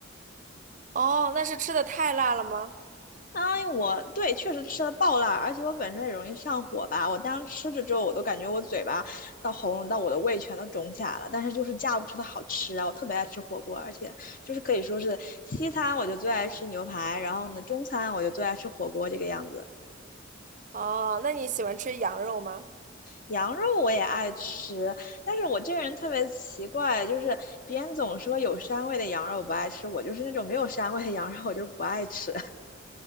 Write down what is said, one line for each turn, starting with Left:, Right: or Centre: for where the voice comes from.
Right: 哦，那是吃的太辣了吗？
Left: 哎，我对确实吃了爆辣，而且我本身也容易上火吧。我当时吃着之后，我都感觉我嘴巴到喉咙到我的胃全都肿起来了，但是就是架不住它好吃啊。我特别爱吃火锅，而且就是可以说是西餐我就最爱吃牛排，然后呢中餐我就最爱吃火锅这个样子。
Right: 哦，那你喜欢吃羊肉吗？
Left: 羊肉我也爱吃，但是我这个人特别奇怪，就是别人总说有膻味的羊肉我不爱吃，我就是那种没有膻味的羊肉我就不爱吃。<laughs>